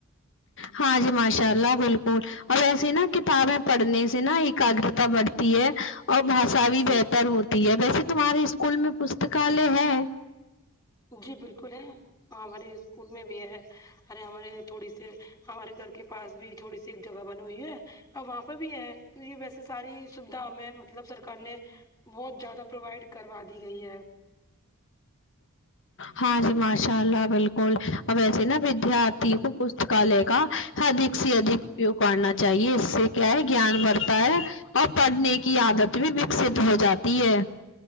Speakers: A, on the left; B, on the left.
A: ہاں جی ماشاء اللہ بالکل اب ایسی نا کتابیں پڑھنے سے نا ایکاگگرتا بڑھتی ہے اور بھاشا بھی
B: جی
A: بہتر ہوتی ہے ویسے تمہارے اسکول میں پستکالیہ ہے
B: جی بالکل ہے ہمارے اسکول میں بھی ہے ارے ہمارے تھوڑی سی ہمارے گھر کے پاس بھی تھوڑی سی ایک جگہ بنی ہوئی ہے اب وہاں پہ بھی ہے یہ ویسے ساری سویدھا ہمیں مطلب سرکار نے بہت زیادہ پروائڈ کروا دی گئی ہے
A: ہاں جی ماشاء اللہ بالکل ویسے ناں ودارتھی کو پستکالئے کا ادھک سے ادھک اپیوگ کرنا چاہیے اس سے کیا ہے گیان بڑھتا ہے اور پڑھنے کی عادت بھی وکست ہو جاتی ہے